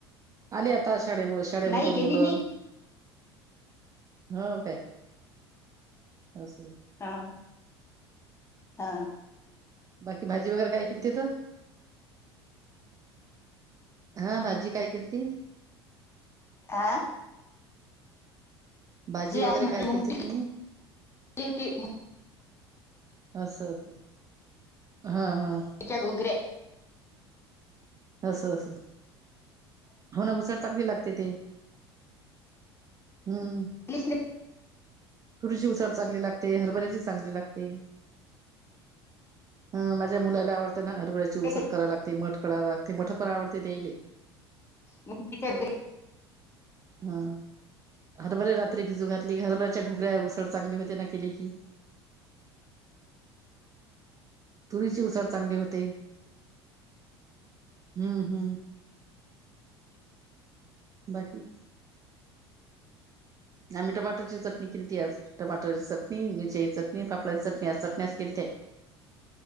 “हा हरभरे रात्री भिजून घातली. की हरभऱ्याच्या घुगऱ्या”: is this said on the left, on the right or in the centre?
Right